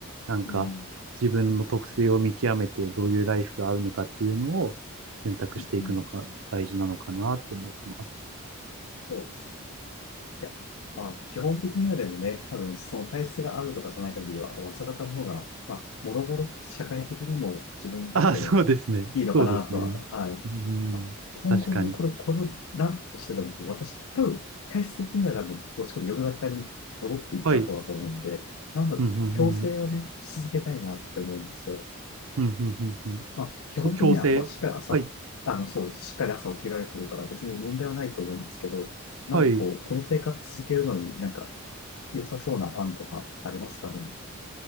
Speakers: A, on the right; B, on the left.
A: なんか、
B: うん、
A: 自分の特性を見極めて、どういうライフが合うのかっていうのを選択していくのが大事なのかなって思ってます。
B: うん、そうです。いや、まあ、基本的にはでもね、多分、その体質が合うとかじゃない限りは、朝方の方が、まあ、もろもろ社会的にも自分にとってもいいのかなとは、
A: ああ、そうですね。そうですね。
B: はい。
A: うん、
B: まあ、今後ね、
A: 確かに。
B: これ、このランプとしてでも、こう私、多分、体質的には多分、どっちかというと夜型に戻っていっちゃう方だと思うんで、
A: はい。
B: なので、
A: うん、うん、
B: 強制をね、
A: うん。
B: し続けたいなって思うんですよ。
A: うん、うん、うん、うん。
B: まあ、基本的には、
A: そう、強制。
B: まあ、しっかり朝、
A: はい、
B: あの、そう、しっかり朝起きられてるから別に問題はないと思うんですけど、なんかこう、
A: はい。
B: この生活続けるのになんか良さそうな案とかありますかね。